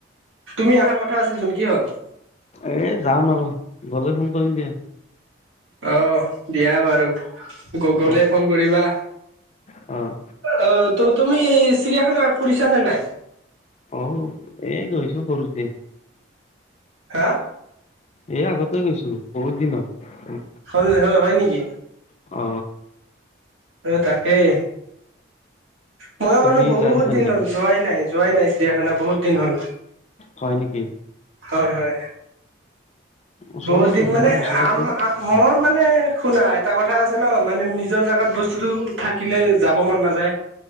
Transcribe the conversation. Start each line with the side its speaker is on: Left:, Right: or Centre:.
Right: তুমি অহাৰ কথা আছিল যোন কি হল
Left: এ যাম আৰু গ'লে ফোন কৰিম দিয়া
Right: অ দিয়া বাৰু গ গলে
Left: অ',
Right: ফোন কৰিবা
Left: অ
Right: অ তুম তুমি চিৰিয়াখানা ফুৰিছা নে নাই
Left: অ এই গৈছো সৰুতে
Right: হা
Left: এ আগতে গৈছো বহুত দিনত উম
Right: হল হয় হয় নেকি
Left: অ
Right: অ তাকেই মই
Left: তুমি
Right: মানো বহুত
Left: যাই থাকা
Right: দিন
Left: নেকি
Right: হল যোৱাই নাই যোৱাই নাই চিয়াখানা বহুত দিন হ'ল
Left: হয় নেকি অ
Right: হয় হয়
Left: ওচৰতে
Right: বহুত দিন
Left: তোমাৰ
Right: মানে
Left: ওচৰতে
Right: আম মোৰ মানে শুনা এটা কথা আছে ন মানে নিজৰ জেগাত বস্তুতটো থাকিলে যাব মন নাযায় <inaudible>